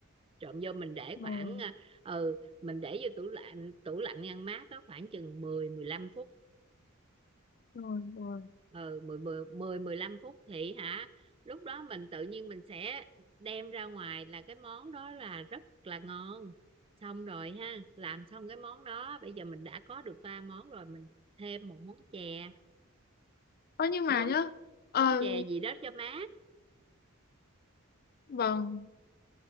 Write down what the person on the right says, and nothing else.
trộn vô mình để
khoảng à, ừ mình để vô tủ lạnh tủ lạnh ngăn mát có khoảng chừng mười mười lăm phút
ừ 10 10 10 15 phút thì hả lúc đó mình tự nhiên mình sẽ đem ra ngoài là cái món đó là rất là ngon xong rồi ha làm xong cái món đó bây giờ mình đã có được ba món rồi mình thêm một món chè
món
món chè gì đó cho mát